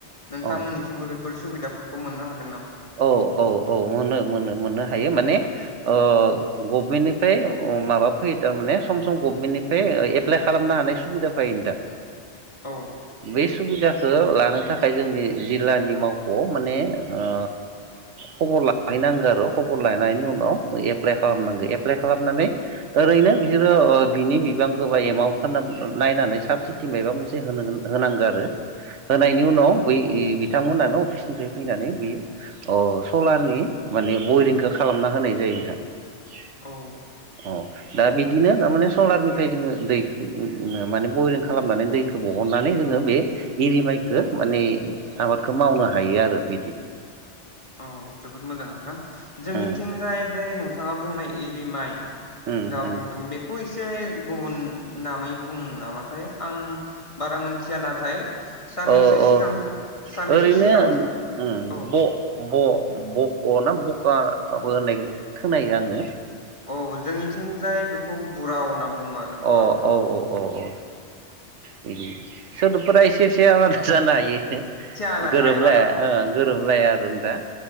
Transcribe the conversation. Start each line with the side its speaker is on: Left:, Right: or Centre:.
Left: नोंथांमोननिथिंबो
Right: औ
Left: बेफोर सुबिदाफोरखौ मोननो हायो।
Right: औ औ औ मोनो मोनो मोनो। थायो माने ओ गभमेन्टनिफ्राय माबा फैयो थारमाने सम सम गभमेन्टनिफ्राय एप्लाइ खालामनो हानाय सुबिदा फायो नोंथां।
Left: औ
Right: बैस सुबिदाखौ लानो थाखाय जोंनि जिल्लानि मावख'आव माने ओ खबर लाहनांगौ आरो खबर लायानायनायनि उनाव एप्लाइ खालामनांगौ एप्लाइ खालामनानै ओरैनो बिसोरो ओ बिनि बिबांखौ बा एमाउन्टखौ अ सलारनि माने बयरिंखौ खालामना होनाय जायो अ नोंथां
Left: औ
Right: अ दा बिदिनो थारमाने सलारनिफ्राय जोङो दै माने बयरिं खालामनानै दैखौ बहननानै जोङो बे एरि माइखौ माने आबादखौ मावनो हायो आरो बिदि।
Left: औ जोबोद मोजां नोंथां जोंनिथिंजाय
Right: उम
Left: बे नोंथाङा बुंनाय एरिमाइ।
Right: उम
Left: जा बुंदों
Right: उम
Left: बेखौ। एसे गुबुन नामै बुङो नामाथाय आं बारा मोनथिया नाथाय। साननैसो
Right: औ
Left: सिगां
Right: औ
Left: साननैसो
Right: ओरैनो
Left: सिगां औ
Right: ब ब बक‌ना बका होननाय खोनायो आंङो
Left: औ जोंनिथिंजाय बेखौ बुराव होनना बुंङो आरो बुराव
Right: अ औ औ <inaudible> अ अ बिदि सोदोबफोरा एसे एसे आलादा जानाय एसे एसे
Left: आलादा
Right: गोरोबलाय
Left: आलादा
Right: गोरोब लाया आरो दा